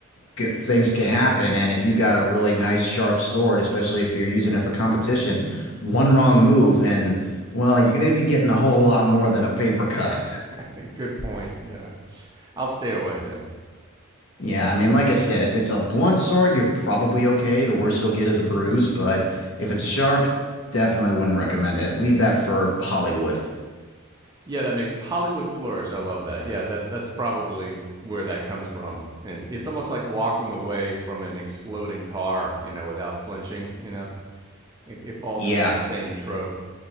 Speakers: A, on the left (about 75°); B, on the right (about 20°).
A: g things can happen. And if
B: Yeah.
A: you got a really nice sharp sword, especially if you're using it for competition, one wrong move and, well, you're going to be getting a whole lot more than a paper cut.
B: <laughs> Good point. Yeah. I'll stay away then.
A: Yeah, I mean, like I said, if it's a blunt sword, you're probably okay. The worst you'll get is a bruise, but if it's a sharp, definitely wouldn't recommend it. Leave that for Hollywood.
B: Yeah, that makes Hollywood flourish. I love that. Yeah, that that's probably where that comes from. And it's almost like walking away from an exploding car, you know, without flinching, you know. It, it falls
A: Yeah,
B: into that same trope.